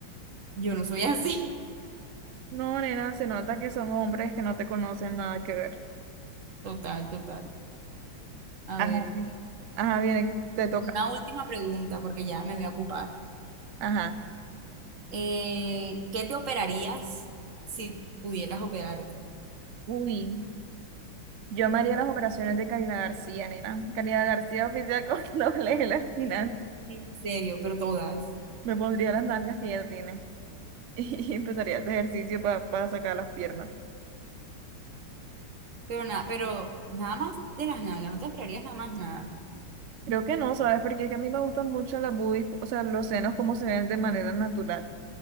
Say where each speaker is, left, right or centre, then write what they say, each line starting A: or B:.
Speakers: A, on the right; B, on the right.
A: yo no soy así.
B: No, nena, se nota que son hombres que no te conocen nada que ver.
A: <laughs> Total, total. A
B: Ajá.
A: ver.
B: Ajá, viene, te toca.
A: Una última pregunta, porque ya me voy a ocupar.
B: Ajá.
A: Eh, ¿qué te operarías si pudieras operarte?
B: Uy, yo me haría las operaciones de Karina García, nena. Karina García oficial con <laughs> doble L al final.
A: En serio, pero todas.
B: Me pondría las nalgas que ella tiene <laughs> y empezaría ese ejercicio para sacar las piernas.
A: Pero nada, pero nada más de las nalgas, no te operarías nada más nada.
B: Creo que no, ¿sabes? Porque es que a mí me gustan mucho las boobies, o sea, los senos como se ven de manera natural.